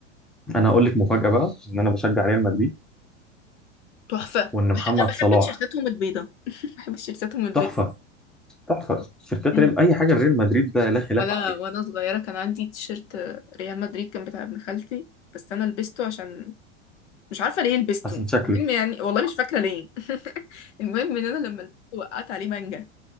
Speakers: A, in the centre; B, on the left (about 65°).
A: انا اقول لك مفاجأة بقى ان انا بشجع ريال مدريد
B: تحفة
A: وان محمد
B: انا بحب
A: صلاح
B: تيشيرتاتهم البيضة <laughs> بحب تيشيرتاتهم البيضة
A: تحفة تحفة شركات
B: دي.
A: ريال اي حاجة ريال مدريد ده لا خلاف
B: ولا
A: عليها
B: وانا صغيرة كان عندي تيشيرت ريال مدريد كان بتاع ابن خالتي بس انا لبسته عشان مش عارفة ليه لبسته
A: حسن شكله
B: المهم يعني والله مش فاكرة ليه <laughs> المهم ان انا لما لبسته وقعت عليه مانجا